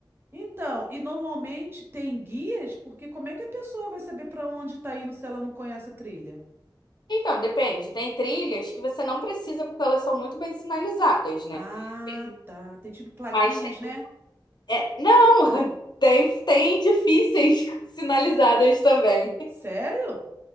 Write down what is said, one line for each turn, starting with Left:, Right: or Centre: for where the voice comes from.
Right: Então, e normalmente tem guias, porque como é que a pessoa vai saber para onde tá indo se ela não conhece a trilha?
Left: Então, depende. Tem trilhas que você não precisa porque elas são muito bem sinalizadas, né?
Right: Ah,
Left: Tem
Right: tá. Tem tipo plaquinhas,
Left: Mas tem.
Right: né?
Left: é, não, <laughs> tem, tem difíceis <laughs> sinalizadas também.
Right: Sério?